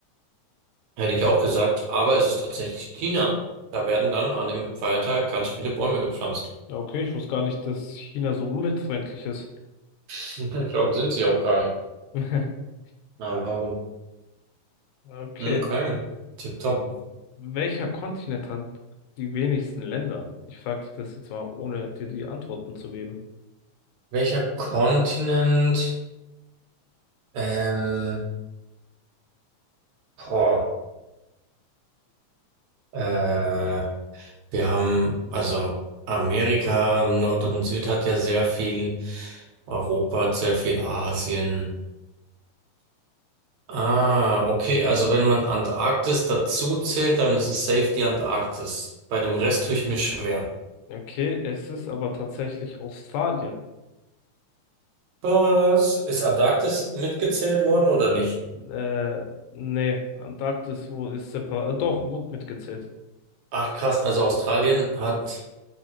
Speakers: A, on the right; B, on the left.
A: Hätte ich auch gesagt, aber es ist tatsächlich China. Da werden
B: Äh,
A: dann an dem Feiertag ganz viele Bäume gepflanzt.
B: Okay, ich wusste gar nicht, dass China so umweltfreundlich ist.
A: <laughs> Ich glaube, sind sie auch gar nicht.
B: <laughs>
A: Aber
B: Okay.
A: Okay, tipptopp.
B: Welcher Kontinent hat die wenigsten Länder? Ich frage dich das jetzt mal, ohne dir die Antworten zu geben.
A: Welcher Kontinent? Ähm, boah, äh, wir haben, also Amerika, Nord und Süd hat ja sehr viel, Europa hat sehr viel, Asien. Ah, okay, also wenn man Antarktis dazu zählt, dann ist es safe die Antarktis. Bei dem Rest tue ich mir schwer.
B: Okay, es ist aber tatsächlich Australien.
A: Was? Ist Antarktis mitgezählt worden oder nicht?
B: Äh, nee, Antarktis, wo ist separat? Äh, doch, wurde mitgezählt.
A: Ach krass, also Australien hat